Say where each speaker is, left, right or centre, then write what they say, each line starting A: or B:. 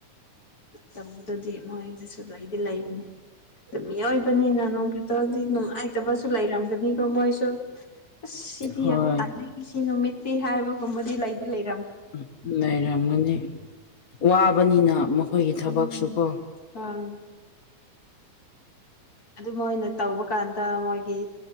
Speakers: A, on the left; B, on the left.
A: ꯇꯧꯕꯗꯨꯗꯤ ꯃꯣꯏ ꯑꯗꯨꯁꯨ ꯂꯩꯗꯤ ꯂꯩꯕꯅꯦ꯫ ꯗꫭ ꯃꯤꯑꯣꯏꯕꯅꯤꯅ ꯅꯣꯡ ꯈꯤꯛꯇꯪꯗꯤ ꯅꯨꯡꯉꯥꯏꯇꯕꯁꯨ ꯂꯩꯔꯝꯒꯅꯤꯀꯣ ꯃꯣꯏꯁꯨ꯫ ꯑꯁ ꯁꯤꯗꯤ
B: ꯍꯣꯏ
A: ꯌꯥꯝ ꯇꯥꯜꯂꯤ ꯁꯤ ꯅꯨꯃꯤꯠꯇꯤ ꯍꯥꯏꯕꯒꯨꯝꯕꯗꯤ ꯂꯩꯗꯤ ꯂꯩ
B: ꯎꯝ ꯂꯩꯔꯝꯒꯅꯤ ꯋꯥꯕꯅꯤꯅ ꯃꯈ ꯈꯣꯏꯒꯤ ꯊꯕꯛꯁꯨꯀꯣ
A: ꯎꯝ ꯍꯣꯏ ꯑꯗꯨ ꯃꯣꯏꯅ ꯇꯧꯕ ꯀꯥꯟꯗ ꯃꯣꯏꯒꯤ